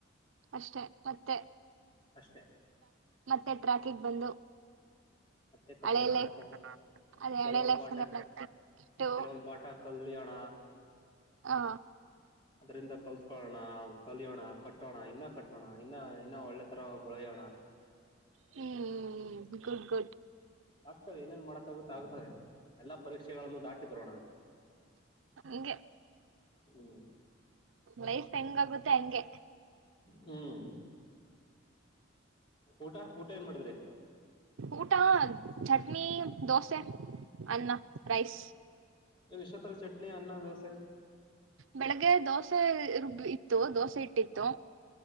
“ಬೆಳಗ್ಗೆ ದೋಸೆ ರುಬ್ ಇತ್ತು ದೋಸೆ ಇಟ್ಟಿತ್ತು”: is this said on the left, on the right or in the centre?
Right